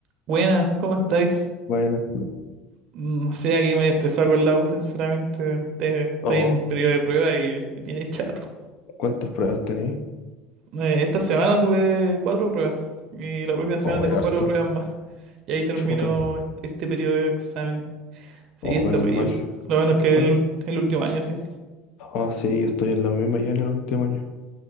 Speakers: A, on the right; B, on the left.
A: Buenas, ¿cómo estáis?
B: Bueno,
A: Mm, No sé, aquí medio estresado con la U, sinceramente. Te- Estoy
B: oh,
A: en periodo de prueba y me tiene chato.
B: ¿cuántas pruebas tenéis?
A: Eh, esta semana tuve cuatro pruebas y la próxima semana
B: Oh,
A: tengo
B: hay harto.
A: cuatro pruebas más. Y ahí termino
B: Chuta.
A: est- este periodo de exámenes. Sí,
B: Oh,
A: es
B: menos
A: terrible.
B: mal.
A: Lo bueno es que
B: ¿Cuán-
A: el, ul- el último año, sí.
B: Ah, sí, yo estoy en la misma ya en el último año.